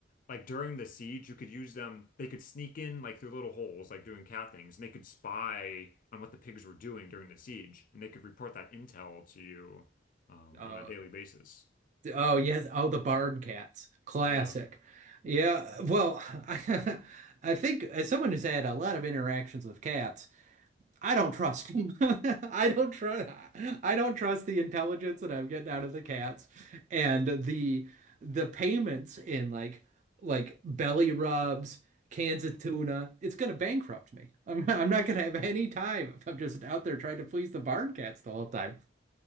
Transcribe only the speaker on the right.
Oh,
oh yes, oh the barn cats, classic.
Yeah, well, <laughs> I I think as someone who's had a lot of interactions with cats. I don't trust him. <laughs> I don't trust I don't trust the intelligence that I'm getting out of the cats and the the payments in like like belly rubs, cans of tuna. It's gonna bankrupt me. I'm I'm not gonna have any time if I'm just out there trying to please the barn cats the whole time.